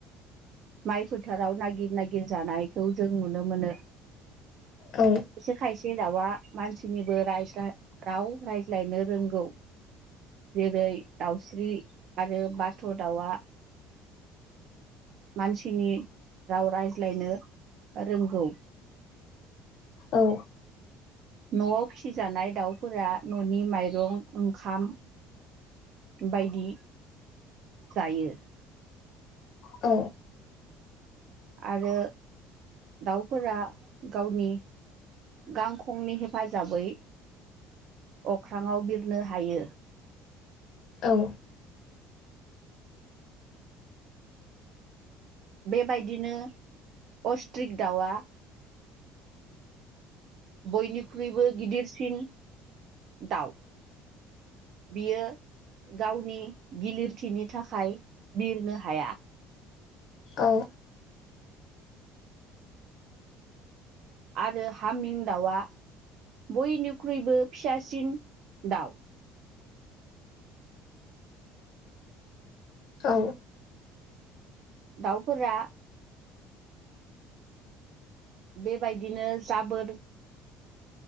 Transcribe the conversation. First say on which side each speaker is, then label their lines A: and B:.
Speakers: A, on the right (about 45°); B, on the left (about 50°).
A: माइ फोथाराव नागिर नागिर जानायखौ जों नुनो मोनो
B: औ
A: एसे खायसे दाउआ मानसिनिबो रायज्ला राव रायज्लायनो रोंगौ जेरै दाउस्रि आरो बाथ' दाउआ मानसिनि राव रायज्लायनो ओ रोंगौ
B: औ
A: न'आव फिसिजानाय दाउफोरा न'नि माइरं ओंखाम बायदि जायो
B: औ
A: आरो दाउफोरा गावनि गांखंनि हेफा जाबै अख्राङाव बिरनो हायो
B: औ
A: बेबायदिनो अस्ट्रिक दाउआ बयनिख्रुइबो गिदिरसिन दाउ बियो गावनि गिलिरथिनि थाखाय बिरनो हाया
B: औ
A: आरो हामिं दाउआ बयनिख्रुइबो फिसासिन दाउ
B: औ
A: दाउफोरा बेबायदिनो जाबोर